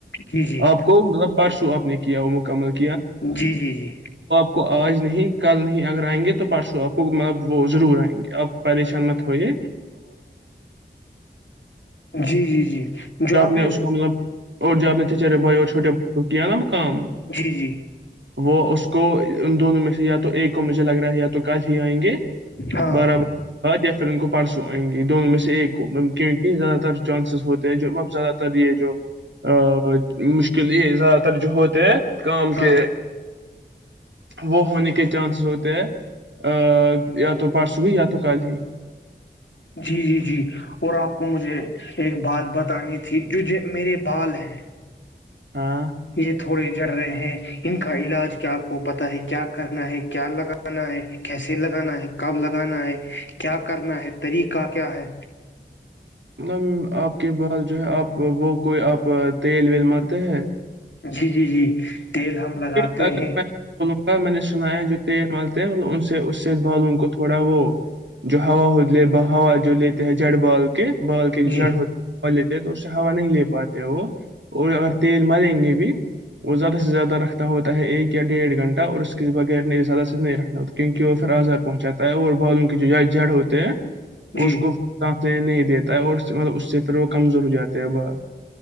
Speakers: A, on the left (about 80°); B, on the right (about 80°).
A: جی جی
B: آپ کو مطلب پرسو آپ نے کیا وہ مکمل <unintelligible>
A: جی جی جی
B: آ کو آج نہیں کل نہیں اگر آئیں گے تو پرسوں آپ کو مطلب وہ ضرور آئیں گے آپ پریشان مت ہوئے
A: جی جی جی جو آپ
B: نے
A: یہ
B: اس کو مطلب اور جو آ اپ نے چارے بائی اور چھوے ب کیای مقام <unintelligible>
A: جی جی
B: وہ اس کو ان دونوں میں سے یا تو ایک کو مجھے لگ رہا ہے یا تو کل ہی آئیں گے
A: ہاں
B: برابر یا پھر ان کو پرسوں آئ گے یہ دون م میں سے ایک یہ زیادہ تر چانسز ہوتے ہیں جو اب زیادہ تر یہ جو ا مشکل یہ ہے زیادہ تر جو ہوتے ہیں کام
A: ہاں
B: کے وہ ہونے کے چانسز ہوتے ہیں ا یا تو پارسو ہی یا تو کال ہی
A: جی جی جی اور آپ کو مجھے ایک بات بتانی تھی جو جو میرے بال ہیں
B: ہاں
A: یہ تھوڑے جڑ رہے ہیں ان کا علاج کیا آپ کو پتا ہے کیا کرنا ہے کیا لگانا ہے کیسے لگانا ہے کب لگانا ہے کیا کرنا ہے طریقہ کیا ہے
B: مطلب آپ کے بر جو ہے آپ وہ کوئی آپ تیل ویل مارتے ہیں
A: جی جی جی تیل ہم لگاتے
B: اگر
A: ہیں
B: میں بولوں گا میں نے سنا جو تیل مالتے ہیں ملب ان سے اس سے بال ان کو تھوڑا وہ جو ہوا ہوا جو لیتے ہیں جڑ بال کے بال کے
A: جی
B: جڑ ہو پ لیتے تو اس سے ہوا نہیں لے پاتے وہ اور اگر تیل مریں گے بھی وہ زیادہ سے زیادہ رکھنا ہوتا ہے ایک یا ڈیڑھ گھنٹہ اور اس کے بغیر نے زیادہ سے نہیں رکھنا ہوتا کیونکہ وہ پھر آزار پہنچ جاتا ہے اور بالوں کے جو جڑ ہوتے ہیں
A: جی
B: اس کوتے نہیں دیتا ہے اور مطلب اس سے پھر وہ کمزور ہو جاتے ہیں بال